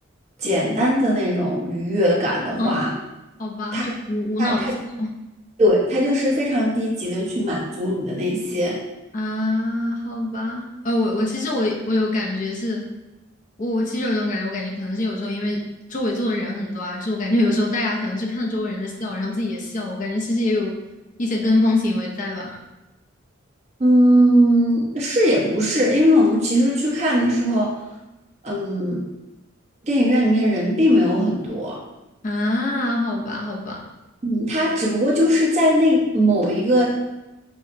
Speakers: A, on the right; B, on the left.
A: 简单的那种愉悦感的话，
B: 啊，好吧，
A: 他
B: 就无无脑笑
A: 他他对他就是非常低级的去满足你的那些。
B: 啊，好吧，呃，我我其实我我有感觉是，我我其实有一种感觉，我感觉可能是有时候因为周围坐的人很多啊，就我感觉有时候大家可能是看着周围人在笑，然后自己也笑，我感觉其实也有一些跟风行为在吧？
A: 嗯，是也不是，因为我们其实去看的时候，嗯，电影院里面人并没有很多，
B: 啊，好吧，好吧，
A: 嗯，他只不过就是在那某一个